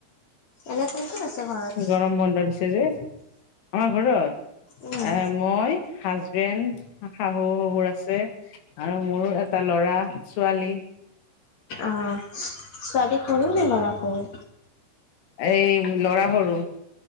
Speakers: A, on the left (about 80°); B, on the left (about 70°).
A: এনে কোন কোন আছে ঘৰত?
B: গৰম বন্ধ দিছে যে আমাৰ ঘৰত
A: উম
B: এ মই হাজবেণ্ড শাহু-শহুৰ আছে। আৰু মোৰো এটা ল'ৰা-ছোৱালী
A: অ', ছোৱালী সৰু নে ল'ৰা সৰু?
B: এই ল'ৰা সৰু।